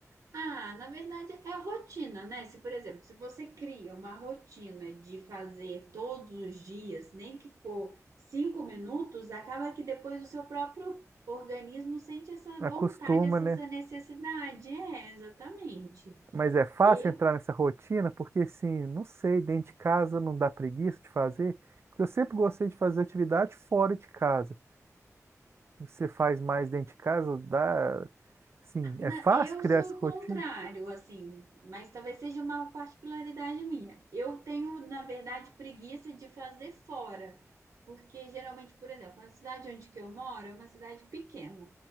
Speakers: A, on the right (about 80°); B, on the right (about 50°).
A: Ah, na verdade é a rotina, né? Se, por exemplo, se você cria uma rotina de fazer todos os dias, nem que for cinco minutos, acaba que depois o seu próprio organismo sente essa
B: Acostuma,
A: vontade, essa
B: né?
A: essa necessidade. É, exatamente.
B: Mas é fácil
A: Eu
B: entrar nessa rotina porque, assim, não sei, dentro de casa não dá preguiça de fazer. Porque eu sempre gostei de fazer atividade fora de casa. Você faz mais dentro de casa, dá. Assim,
A: Na-
B: é fácil
A: eu
B: criar
A: sou
B: essa rotina?
A: o contrário, assim, mas talvez seja uma particularidade minha. Eu tenho, na verdade, preguiça de fazer fora, porque geralmente, por exemplo, na cidade onde que eu moro é uma cidade pequena.